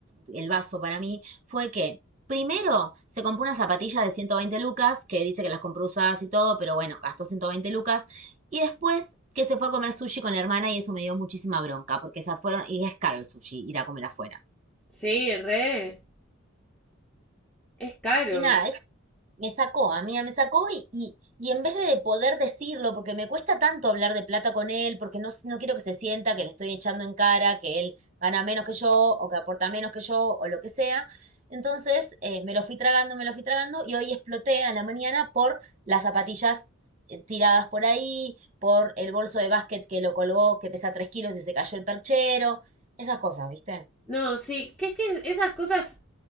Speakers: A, on the right; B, in the centre.
A: el vaso para mí fue que primero se compró una zapatilla de 120 lucas, que dice que las compró usadas y todo, pero bueno, gastó 120 lucas, y después que se fue a comer sushi con la hermana y eso me dio muchísima bronca, porque se fueron, y es caro el sushi, ir a comer afuera.
B: Sí, re, es caro.
A: Y nada, Me sacó, amiga, me sacó y, y, y en vez de poder decirlo, porque me cuesta tanto hablar de plata con él, porque no, no quiero que se sienta que le estoy echando en cara, que él gana menos que yo, o que aporta menos que yo, o lo que sea. Entonces, eh, me lo fui tragando, me lo fui tragando, y hoy exploté a la mañana por las zapatillas eh, tiradas por ahí, por el bolso de básquet que lo colgó, que pesa tres kilos y se cayó el perchero, esas cosas, ¿viste?
B: No, sí, que es que esas cosas